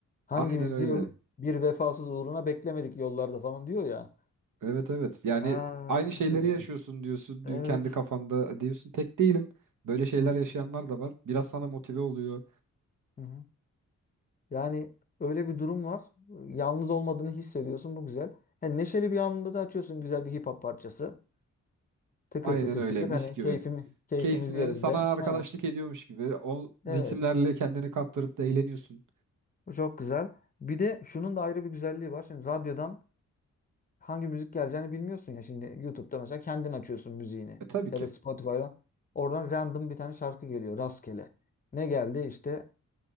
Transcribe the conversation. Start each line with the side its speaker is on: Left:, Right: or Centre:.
Left: Hangimiz
Right: Aynen öyle.
Left: diyor bir vefasız uğruna beklemedik yollarda falan diyor ya.
Right: Evet evet. Yani
Left: Ha
Right: aynı şeyleri
Left: diyorsun.
Right: yaşıyorsun diyorsun
Left: Evet.
Right: diyor, kendi kafanda diyorsun tek değilim. Böyle şeyler
Left: Hı hı.
Right: yaşayanlar da var. Biraz sana motive oluyor.
Left: Hı hı. Yani öyle bir durum var. Yalnız olmadığını hissediyorsun. Bu güzel. Yani neşeli bir anında da açıyorsun güzel bir hip hop parçası. Tıkır
Right: Aynen
Left: tıkır
Right: öyle
Left: tıkır
Right: mis
Left: hani
Right: gibi.
Left: keyfim, keyfimiz
Right: Keyfini
Left: yerinde.
Right: sana arkadaşlık
Left: Ha.
Right: ediyormuş gibi o
Left: Evet.
Right: ritimlerle kendini kaptırıp da eğleniyorsun.
Left: Bu çok güzel. Bir de şunun da ayrı bir güzelliği var. Şimdi radyodan hangi müzik geleceğini bilmiyorsun ya. Şimdi YouTube'da mesela kendin açıyorsun müziğini.
Right: E tabii
Left: Ya
Right: ki.
Left: da Spotify'dan. Oradan random bir tane şarkı geliyor. Rastgele. Ne geldi? İşte